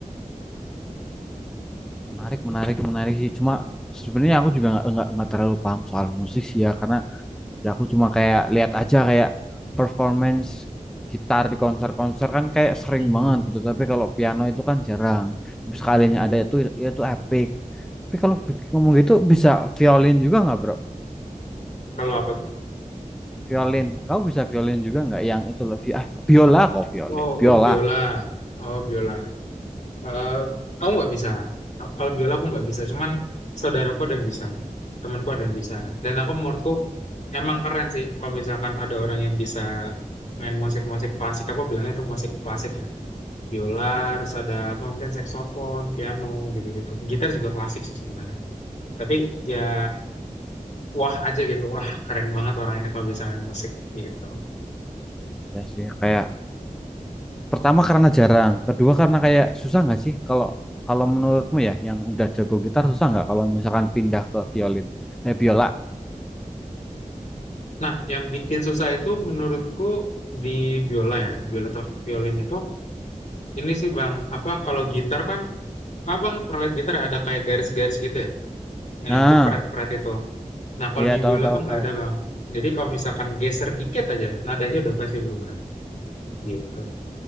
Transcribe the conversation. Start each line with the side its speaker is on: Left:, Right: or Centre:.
Centre: Menarik, menarik, menarik sih. Cuma sebenarnya aku juga nggak nggak nggak terlalu paham soal musik sih ya, karena ya aku cuma kayak lihat aja kayak performance gitar di konser-konser kan kayak sering
Left: Mhm,
Centre: banget gitu. Tapi kalau piano itu kan jarang. Tapi sekalinya
Left: mhm.
Centre: ada itu itu epic. Tapi kalau ngomong gitu bisa violin juga nggak, bro?
Left: Kalau apa tuh?
Centre: Violin, kau bisa violin juga nggak? Yang itu loh, vi- ah, biola kok violin,
Left: Oh,
Centre: biola.
Left: oh biola, oh biola. Eh, aku nggak bisa. Kalau biola aku nggak bisa, cuman saudaraku ada yang bisa, temanku ada yang bisa. Dan aku menurutku Emang keren sih kalau misalkan ada orang yang bisa main musik-musik klasik. Aku bilangnya itu musik klasik ya. Biola, terus ada apa mungkin saksofon, piano gitu-gitu. Gitar juga klasik sih sebenarnya. Tapi ya wah aja gitu. Wah, keren banget orang ini kalau bisa main musik gitu.
Centre: Ya sih, kayak Pertama karena jarang, kedua karena kayak susah nggak sih kalau kalau menurutmu ya yang udah jago gitar
Left: Mhm.
Centre: susah nggak kalau misalkan pindah ke violin, eh biola.
Left: Nah, yang bikin susah itu menurutku di biola ya, biola atau violin itu ini sih Bang, apa kalau gitar kan Abang pernah lihat gitar ya, ada kayak garis-garis gitu ya? Yang
Centre: Nah,
Left: itu fret-fret itu. Nah, kalau
Centre: iya
Left: di
Centre: tahu
Left: biola
Centre: tahu
Left: tuh nggak
Centre: tahu.
Left: ada, Bang. Jadi kalau misalkan geser dikit aja, nadanya udah pasti berubah gitu.